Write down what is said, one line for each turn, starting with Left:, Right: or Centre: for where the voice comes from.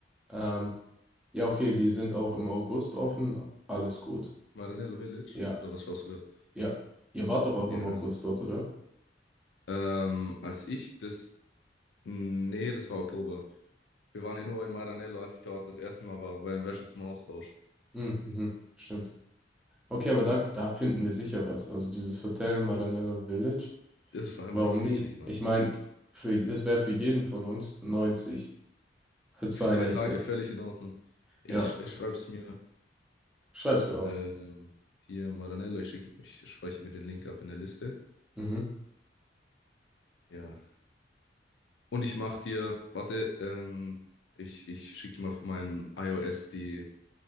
Centre: Ähm, ja, okay, die sind auch im August offen. Alles gut.
Left: Maranello Village?
Centre: Ja,
Left: Oder was schaust du gerade?
Centre: ja. Ihr wart doch auch
Left: Ja,
Centre: im August
Left: also.
Centre: dort, oder?
Left: Ähm, als ich das. Nee, das war Oktober. Wir waren ja nur in Maranello, als ich dort das erste Mal war, beim Wäsche zum Austausch.
Centre: Mhm, mhm, stimmt. Okay, aber da, da finden wir sicher was. Also dieses Hotel Maranello Village.
Left: Das ist vor allem
Centre: Warum
Left: richtig
Centre: nicht?
Left: riesig, Mann.
Centre: Ich meine, für, das wäre für jeden von uns 90 für zwei
Left: Für zwei
Centre: Nächte.
Left: Tage völlig in Ordnung. Ich,
Centre: Ja,
Left: sch- ich schreibe es mir
Centre: schreib's dir auf.
Left: ähm, hier, Maranello. Ich, schick, ich speichere mir den Link ab in der Liste.
Centre: Mhm.
Left: Ja. Und ich mache dir, warte, ähm, ich, ich schicke dir mal von meinem iOS die,